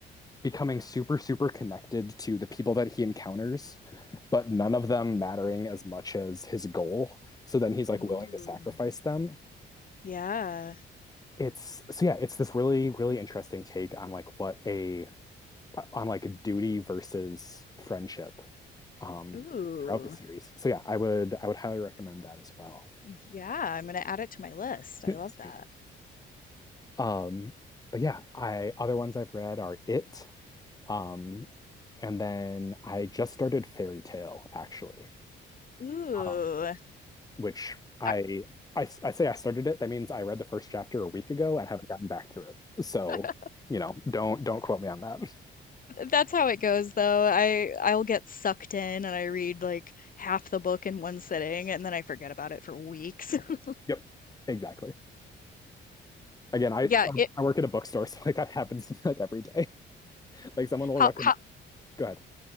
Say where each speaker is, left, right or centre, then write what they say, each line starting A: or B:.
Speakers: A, on the left (about 20°); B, on the left (about 45°).
A: becoming super, super connected to the people that he encounters, but none of them mattering as much as his goal. So then he's like
B: Ooh.
A: willing to sacrifice them.
B: Yeah.
A: It's so yeah, it's this really, really interesting take on like what a on like duty versus friendship um
B: Ooh.
A: throughout the series. So yeah, I would I would highly recommend that as well.
B: Yeah, I'm gonna add it to my list. I
A: <laughs>
B: love
A: Sweet.
B: that.
A: Um but yeah, I other ones I've read are It Um, and then I just started Fairy Tale, actually,
B: Ooh.
A: um, which I,
B: I-
A: I I say I started it. That means I read the first chapter a week ago and haven't gotten back to it. So,
B: <laughs>
A: you know, don't don't quote me on that. <laughs>
B: That's how it goes though. I I'll get sucked in and I read like half the book in one sitting and then I forget about it for weeks. <laughs>
A: Yep, exactly. Again, I
B: Yeah,
A: so
B: it
A: I work at a bookstore, <laughs> so like that happens <laughs> to me, like every day. <laughs> Like someone will
B: how
A: recommend.
B: how
A: Go ahead.